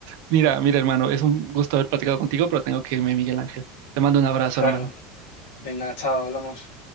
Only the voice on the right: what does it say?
Mira, mira, hermano, es un gusto haber platicado contigo, pero tengo que irme, Miguel Ángel. Te mando un abrazo,
hermano.